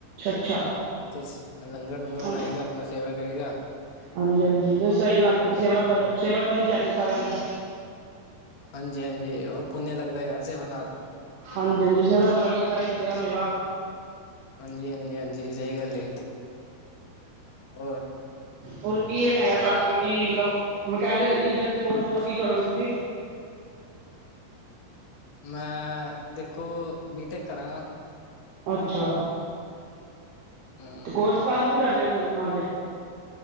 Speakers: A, on the right; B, on the left.
A: ਅੱਛਾ ਅੱਛਾ-
B: ਉੱਥੇ ਲੰਗਰ, ਲੂੰਗਰ
A: ਹਾਂ,
B: ਬਣਾਈ ਦਾ, ਆਪਣਾ ਸੇਵਾ ਕਰੀ ਦਾ
A: ਹਾਂਜੀ, ਹਾਂਜੀ ਤੇ ਸਹੀ ਗੱਲ ਹੈ ਜੀ।
B: ਹਾਂਜੀ
A: ਸੇਵਾ ਕਰ, ਸੇਵਾ ਕਰਨੀ ਚਾਹੀਦੀ ਸਾਰਿਆਂ ਨੂੰ।
B: ਹਾਂਜੀ, ਹਾਂਜੀ ਉਹ ਪੁੰਨ ਲੱਗਦਾ ਯਾਰ ਸੇਵਾ ਨਾਲ।
A: ਹਾਂਜੀ, ਹਾਂਜੀ ਸੇਵਾ ਕਰੋਗੇ, ਤਾਂ ਈ ਮਿਲੇਗਾ ਮੇਵਾ।
B: ਹਾਂਜੀ, ਹਾਂਜੀ, ਹਾਂਜੀ ਸਹੀ ਗੱਲ ਏ। ਹੋਰ।
A: ਹੋਰ ਕੀ ਏਮ ਹੈਗ ਤੁਹਾਡਾ, ਅੱਗੇ ਕੀ, ਮਤਲਬ ਮਕੈਨੱਕ ਇੰਅਰ <unintelligible> ਦੇ ਕੋਰਸ ਤੋਂ ਕੀ ਕਰੋਗੇ ਤੁਸੀਂ?
B: ਮੈਂ ਦੇਖੋ ਬੀਟੈਕ ਕਰਾਂ
A: ਅੱਛਾ!
B: ਹਮ
A: ਤੇ ਕੋਰਸ, ਕਾਰਸ ਵੀ ਕਰ ਰਹੇ ਕੋਈ ਨਾਲੇ।